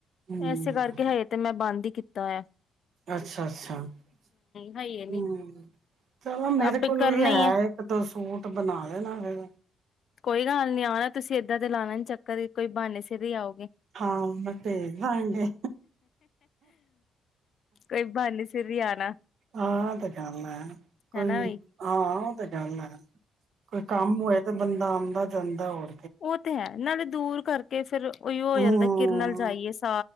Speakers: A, on the right; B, on the left.
A: ਹਮ
B: ਇਸੇ ਕਰਕੇ ਹਜ ਤੇ ਮੈਂ ਬੰਦ ਹੀ ਕੀ ਤਾਂ
A: ਅੱਛਾ ਅੱਛਾ ਹਮ
B: ਹੈ ਹੀ ਨੀ।
A: ਚਲੋ ਮੇਰੇ
B: ਆਪੇ
A: ਕੋਲ
B: ਕਰਨਾ
A: ਵੀ ਹੈ
B: ਹੀ
A: ਇੱਕ ਦੋ ਸੂਟ ਬਣਾ ਦੇਣਾ ਫਿਰ
B: ਕੋਈ ਗੱਲ ਨੀ ਆਉਣਾ ਤੁਸੀਂ ਏਦਾਂ ਤੇ ਲਾਣਾ ਨੀ ਚੱਕ ਕਦੇ ਕੋਈ ਬਾਨੇ ਸਿਰ ਹੀ ਆਉਗੇ
A: ਹਾਂ ਮੈਂ ਭੇਜ ਦਾਂਗੀ
B: ਕੋਈ ਬਾਨੇ ਸਿਰ ਹੀ ਆਣਾ
A: ਹਾਂ ਤੇ ਗੱਲ ਹੈ
B: ਹੈਨਾ
A: ਕੋਈ
B: ਵੀਈ
A: ਹਾਂ ਉਹ ਤੇ ਗੱਲ ਹੈ ਕੋਈ ਕੰਮ ਹੋਏ ਤਾਂ ਬੰ ਦਾ ਆਉਂਦਾ ਜਾਂਦਾ ਉਹ
B: ਉਹ ਤੇ ਹੈ ਨਾਲੇ ਦੂਰ ਕਰਕੇ ਫੇਰ ਬੲ ਔ ਹੋ
A: ਹਮ
B: ਜਾਂਦਾ ਕਿਰਨਲ ਜਾਈਏ ਅਸੀ